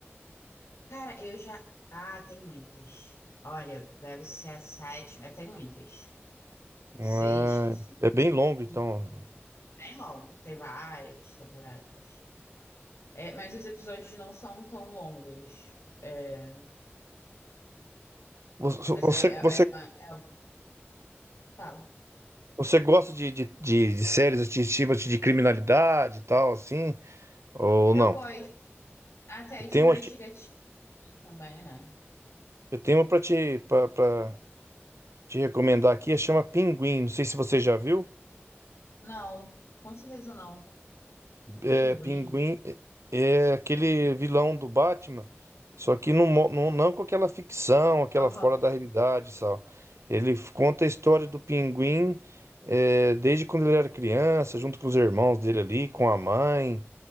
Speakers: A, on the left; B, on the right.
A: cara, eu já. Ah, tem muitas. Olha, deve ser a sétima, é, tem muitas. Sexta,
B: Ah,
A: assim.
B: É bem longo, então.
A: bem longo, tem várias temporadas. É, mas os episódios não são tão longos. É,
B: Você,
A: mas
B: você,
A: ela é,
B: você,
A: é uma, é uma- fala.
B: você gosta de, de, de, de séries de, tipo de criminalidade e tal, assim? Ou
A: Eu
B: não?
A: gosto. Até
B: Eu
A: de
B: tenho
A: investigativo
B: uma, aqui-
A: tem também, né?
B: eu tenho uma pra te, pra, pra te recomendar aqui, chama Pinguim. Não sei se você já viu.
A: Não, com certeza não.
B: É,
A: Pinguim?
B: Pinguim é é aquele vilão do Batman, só que não, mo- não, não com aquela ficção, aquela
A: Aham.
B: fora da realidade, só. Ele f- conta a história do Pinguim é, desde quando ele era criança, junto com os irmãos dele ali, com a mãe.